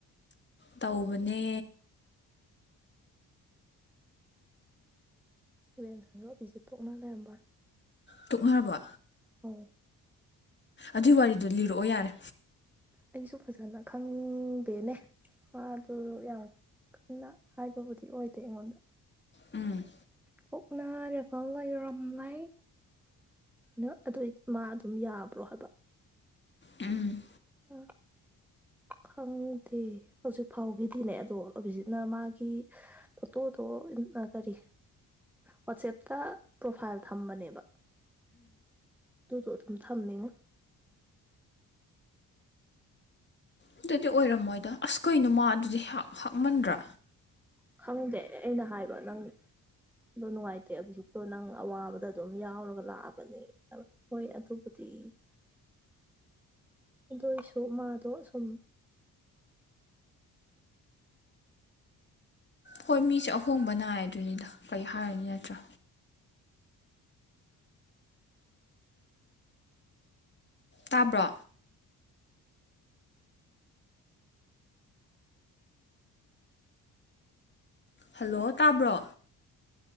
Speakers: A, on the left; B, in the centre.
A: ꯇꯧꯕꯅꯦ
B: ꯏꯚꯦꯟ ꯁꯟꯗꯣꯛꯕꯤꯖ ꯇꯣꯛꯅꯥ ꯂꯩꯦ ꯍꯕꯥ
A: ꯇꯣꯛꯅꯔꯕ
B: ꯍ
A: ꯑꯗꯨꯏ ꯋꯥꯔꯤꯗꯣ ꯂꯤꯔꯛꯑꯣ ꯌꯥꯔꯦ
B: ꯑꯩꯁꯨ ꯐꯖꯅ ꯈꯪꯗꯦꯅꯦ ꯑ ꯑꯗꯨ ꯌꯥꯎ ꯀꯪꯅ ꯍꯥꯏꯕꯕꯨꯗꯤ ꯑꯣꯏꯗꯦ ꯑꯩꯉꯣꯟꯗ
A: ꯎꯝ
B: ꯄꯣꯛ ꯅꯥꯏꯔꯒ ꯂꯩꯔꯝꯂ ꯑ ꯑꯗꯨꯏ ꯃꯥ ꯑꯗꯨꯝ ꯌꯥꯕ꯭ꯔꯣ ꯍꯥꯏꯕ
A: ꯎꯝ
B: ꯑ ꯈꯪꯗꯦ ꯍꯧꯖꯤꯛ ꯐꯥꯎꯒꯤꯗꯤꯅꯦ ꯑꯗꯣ ꯍꯧꯖꯤꯠꯅ ꯃꯥꯒꯤ ꯑꯣꯇꯣꯗꯣ ꯀꯔꯤ ꯋꯥꯆꯦꯞꯇ ꯄ꯭ꯔꯣꯐꯥꯏꯜ ꯊꯝꯕꯅꯦꯕ ꯑꯗꯨꯗꯣ ꯑꯗꯨꯝ ꯊꯝꯃꯦꯉꯣ
A: ꯑꯗꯨꯗꯤ ꯑꯣꯏꯔꯝꯃꯣꯏꯗ ꯑꯁ ꯀꯩꯅꯣ ꯃꯥ ꯑꯗꯨꯗꯤ ꯍꯥꯞꯃꯟꯗ꯭ꯔꯥ
B: ꯈꯪꯗꯦ ꯑꯩꯅ ꯍꯥꯏꯕ ꯅꯪ ꯑꯗꯣ ꯅꯨꯡꯉꯥꯏꯇꯦ ꯍꯧꯖꯤꯠꯇꯣ ꯅꯪ ꯑꯋꯥꯕꯗ ꯑꯗꯨꯝ ꯌꯥꯎꯔꯒ ꯂꯥꯛꯑꯕꯅꯦ ꯍꯣꯏ ꯑꯗꯨꯕꯨꯗꯤ ꯑꯗꯨꯏꯁꯨ ꯃꯥꯗꯣ ꯁꯨꯝ
A: ꯍꯣꯏ ꯃꯤꯁꯦ ꯑꯍꯣꯡꯕ ꯅꯥꯏ ꯑꯗꯨꯅꯤꯗ ꯀꯔꯤ ꯍꯥꯏꯔꯨꯅꯤ ꯅꯠꯇ꯭ꯔꯥ ꯇꯥꯕ꯭ꯔꯣ ꯍꯜꯂꯣ ꯇꯥꯕ꯭ꯔꯣ